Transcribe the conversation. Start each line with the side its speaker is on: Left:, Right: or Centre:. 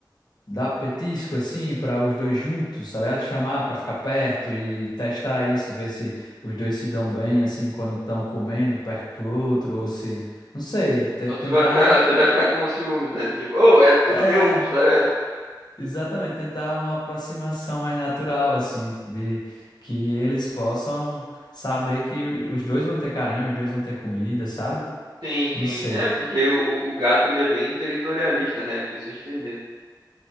Left: dar petisco assim para os dois juntos, tá ligado? Chamar para ficar perto e testar isso, ver se os dois se dão bem assim quando estão comendo perto do outro, ou se, não sei, te-
Right: Você
Left: tentar,
Right: vai ficar, você vai ficar com o ciúme, né? Tipo, ô, é tudo
Left: é,
Right: meu, que história é essa?
Left: exatamente, tentar uma aproximação mais natural assim, de que eles possam saber que os dois vão ter carinho, os dois vão ter comida, sabe?
Right: Sim,
Left: Não
Right: sim.
Left: sei.
Right: É, porque o, o o gato, ele é bem territorialista, né? Por isso a gente tem medo.